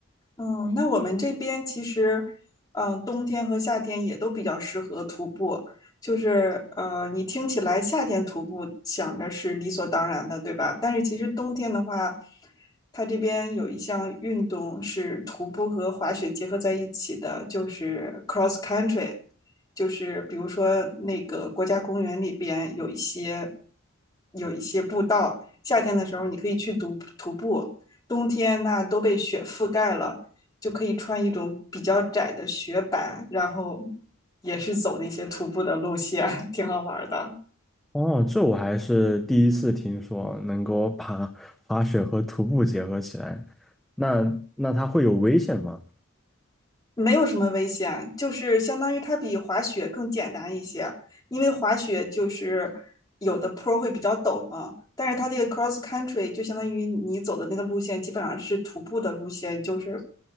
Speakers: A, on the left (about 20°); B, in the centre.
A: 嗯，那我们这边其实，嗯，冬天和夏天也都比较适合徒步。就是，呃，你听起来夏天徒步想着是理所当然的，对吧？但是其实冬天的话，它这边有一项运动是徒步和滑雪结合在一起的，就是 cross country。就是比如说那个国家公园里边有一些有一些步道，夏天的时候你可以去徒徒步，冬天那都被雪覆盖了。就可以穿一种比较窄的雪板，然后也是走那些徒步的路线，<laughs> 挺好玩的。
B: 哦，这我还是第一次听说能够把滑雪和徒步结合起来，那那它会有危险吗？
A: 没有什么危险，就是相当于它比滑雪更简单一些，因为滑雪就是有的坡会比较陡嘛，但是它这个 cross country 就相当于你走的那个路线基本上是徒步的路线，就是